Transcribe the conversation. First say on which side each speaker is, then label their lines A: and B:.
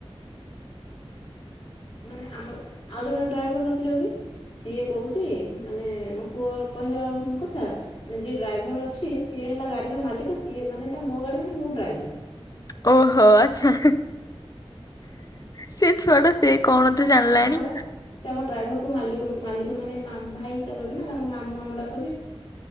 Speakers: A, on the left; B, on the left.
A: ମାନେ ଆମର ଆଉ ଜଣେ ଡ୍ରାଇଭର ରଖିଛନ୍ତି। ସିଏ କହୁଚି ମାନେ ମୋ ପୁଅ କହିବା କଥା ମାନେ ଯିଏ ଡ୍ରାଇଭର ଅଛି, ସିଏ ହେଲା ଗାଡିର ମାଲିକ। ସିଏ ମାନେ ହେଟା ମୋ ଗାଡି ମାନେ ମୁଁ ଡ୍ରାଇଭର।
B: ଓହୋ ଆଚ୍ଛା। ସିଏ ଛୁଆଟା ସେ କଣ ବୋଧେ ଜାଣିଲାଣି।
A: ହଁ ବା ସେ ଆମ ଡ୍ରାଇଭରକୁ ମାଲିକ ମାଲିକ ମାନେ ମାମ୍ ଭାଇ ହିସାବ ହେବେ ନା ତାଙ୍କୁ ମାମୁଁ ମାମୁଁ ଡାକୁ